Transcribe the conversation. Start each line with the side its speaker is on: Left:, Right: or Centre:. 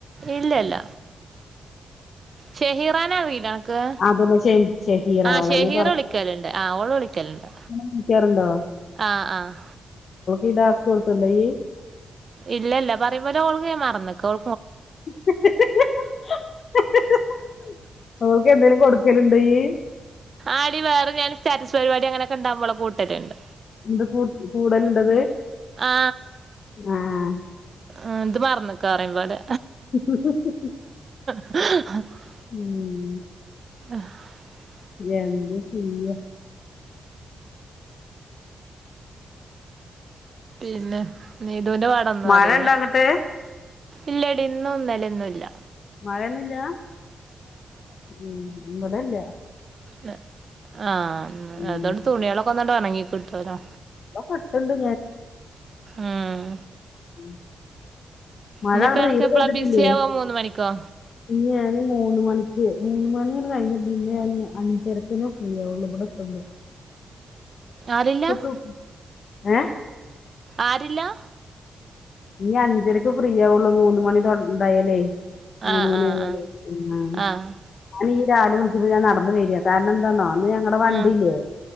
Right: ഇല്ലല്ല ഷെഹീറാനെ അറിയില്ല എനക്ക്
Left: അതന്നെ ഷെഹീറ
Right: ആ
Left: അവളെന്നെ
Right: ഷെഹീർ വിളിക്കലുണ്ട് ആ ഓള് വിളിക്കലുണ്ട്
Left: വിളിക്കാറൊണ്ടോ
Right: ആ ആ
Left: ഈ ഡാസ് കൊടുത്തോണ്ടോ ഈയ്
Right: ഇല്ലെല്ല പറയുമ്പോലെ ഓൾക്കെ മറന്നെക്കോൾ
Left: ഹ് ഹ് ഹ് ഹ ഹ ഹ ഓൾക്ക് എന്തെലും കൊടുക്കലുണ്ടോ ഈയ്
Right: ആടി വേറെ ഞാൻ സ്റ്റാറ്റസ് പരിപാടി അങ്ങനെക്കെണ്ടാമ്പോളെ കൂട്ടട്ട്ണ്ട്
Left: എന്ത് കൂ കൂടലുണ്ടത്
Right: ആ
Left: ആഹ്
Right: ആഹ് ഇത് മറന്നക്ക് പറയും പോലെ
Left: ഹ് ഹ് ഹ് ഹ്
Right: <unintelligible>
Left: ഉം
Right: <unintelligible>
Left: എന്ത ചെയ്യാ?
Right: പിന്നെ നീതുന്റെ പാടെന്താറീല്ല
Left: മഴ ഉണ്ടോ അങ്ങട്ട്
Right: ഇല്ലടി ഇന്നുംന്നലൊന്നുല്ല.
Left: മഴയൊന്നുല്ലാ ഉം ഇവടെല്ല
Right: ഇല്ല ആ
Left: ഉം.
Right: അതൊണ്ട് തുണ്യെളൊക്കൊന്നണ്ട് ഒണങ്ങി കിട്ടൊലോ.
Left: നല്ലോം കിട്ട്ണ്ട്
Right: ഉം
Left: <unintelligible> മഴ
Right: ഇനിയിപ്പ
Left: ങ്ങട്ട്
Right: അനക്ക്
Left: തീരെ
Right: എപ്പളാ
Left: പെയ്തിട്ടില്ലേ
Right: ബിസി ആവാ മൂന്ന് മണിക്കോ
Left: ഇന്ന് ഞാന് മൂന്ന് മണി ക്ക്‌ മൂന്ന് മണിന്ന് കഴിഞ്ഞ പിന്നെ ഞാന് അഞ്ചരക്കനേ ഫ്രീയാവൊള്ളൂ ഇബടെത്തുമ്പം
Right: ആളില്ല
Left: <unintelligible> ഏഹ്
Right: ആരില്ലാ?
Left: ഇനി അഞ്ചരക്ക് ഫ്രീയാവൊള്ളൂ മൂന്ന് മണി തൊട് തായാല്ലേ മൂന്ന്
Right: ആഹ്
Left: മണ്യായാലെ
Right: ആഹ്
Left: ഉം അയ്
Right: ആഹ്
Left: നീ രാവിലെ വിളി പ്പൊ ഞാൻ നടന്ന് വെര്യാ കാരണന്താന്നോ അന്ന് ഞങ്ങടെ വണ്ടില്ലേ
Right: ആഹ്